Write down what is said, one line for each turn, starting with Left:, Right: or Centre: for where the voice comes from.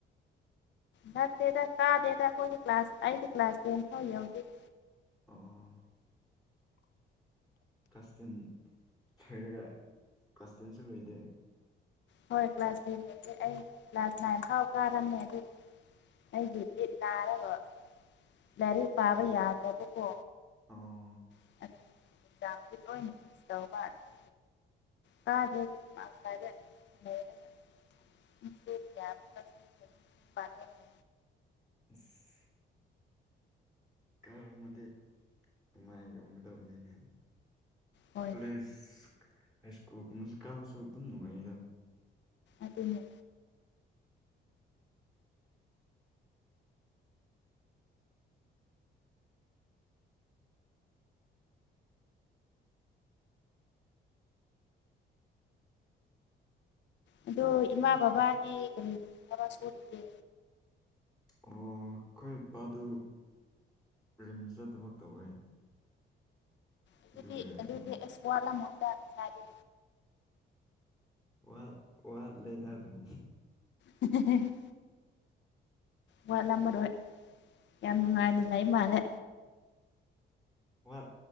Left: ꯅꯠꯇꯦꯗ ꯀꯥꯗꯦꯗ ꯑꯩꯈꯣꯏꯒꯤ ꯀ꯭ꯂꯥꯁ ꯑꯩꯗꯤ ꯀ꯭ꯂꯥꯁ ꯇꯦꯟ ꯐꯥꯎ ꯌꯥꯎꯗꯦ
Centre: ꯑꯣ ꯀ꯭ꯂꯥꯁ ꯇꯦꯟ ꯁꯣꯏꯔꯒ ꯀ꯭ꯂꯥꯁ ꯇꯦꯟꯁꯨ ꯂꯣꯏꯗꯦ
Left: ꯍꯣꯏ ꯀ꯭ꯂꯥꯁ ꯇꯦꯟꯗꯒꯤꯗꯤ ꯑꯩ ꯀ꯭ꯂꯥꯁ ꯅꯥꯏꯟ ꯐꯥꯎ ꯀꯥꯔꯝꯃꯦ ꯑꯗꯨ ꯑꯩꯗꯤ ꯃꯤꯠ ꯅꯥꯔꯒ ꯂꯥꯏꯔꯤꯛ ꯄꯥꯕ ꯌꯥꯗꯕꯀꯣ
Centre: ꯑꯣ
Left: <unintelligible> ꯇꯥꯗꯦ <inaudible> ꯔꯤꯌꯥ <unintelligible>
Centre: ꯑꯝ <unintelligible> ꯀꯥꯏꯔꯃꯗꯤ ꯅꯨꯡꯉꯥꯏꯔꯝꯒꯗꯕꯅꯤꯅꯦ
Left: ꯍꯣꯏ
Centre: ꯀꯣꯂꯦꯖ ꯍꯥꯏ ꯁ꯭ꯀꯨꯜ ꯀꯨꯝꯕꯁꯨ ꯀꯥꯕꯁꯨ ꯑꯗꯨꯝ ꯅꯨꯡꯉꯥꯏꯌꯦꯗ
Left: ꯑꯗꯨꯅꯦ ꯑꯗꯣ ꯏꯃꯥ ꯕꯕꯥꯗꯤ ꯀꯔꯤ ꯊꯕꯛ ꯁꯨꯔꯤꯒꯦ
Centre: ꯑꯣ ꯑꯩꯈꯣꯏ ꯄꯥꯗꯨ ꯔꯤꯝꯁꯇ ꯊꯕꯛ ꯇꯧꯋꯦ
Left: ꯑꯗꯨꯗꯤ
Centre: ꯑꯗꯨꯒ
Left: ꯑꯗꯨꯗꯤ
Centre: ꯏꯃꯥ
Left: ꯑꯦꯁ ꯋꯥꯠꯂꯝꯃꯣꯏꯗ ꯄꯩꯁꯗꯤ
Centre: ꯋꯥ ꯋꯥꯠꯂꯦꯗ ꯑꯗꯨꯝ
Left: ꯎ <unintelligible> ꯋꯥꯠꯂꯝꯃꯔꯣꯏ ꯌꯥꯝ ꯅꯨꯡꯉꯥꯏꯅ ꯂꯩ ꯃꯥꯜꯂꯦ
Centre: ꯋꯥꯠ